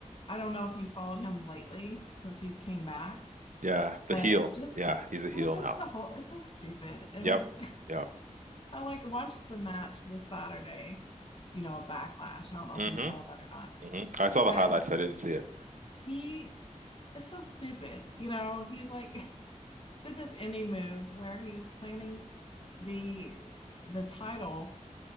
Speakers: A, on the left (about 45°); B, on the right (about 80°).
A: I don't know if you followed him lately since he's came back
B: Yeah, the
A: But
B: heel.
A: just
B: Yeah, he's a heel
A: yeah, just
B: now.
A: the whole it's so stupid. And
B: Yep.
A: it's
B: Yep.
A: I like watched the match this Saturday, you know, a backlash. I don't know
B: hmm
A: if you saw that or not.
B: hmm I saw the
A: But
B: highlights. I didn't see it.
A: he is so stupid. You know, he like <laughs> did this indie move where he was planning the the title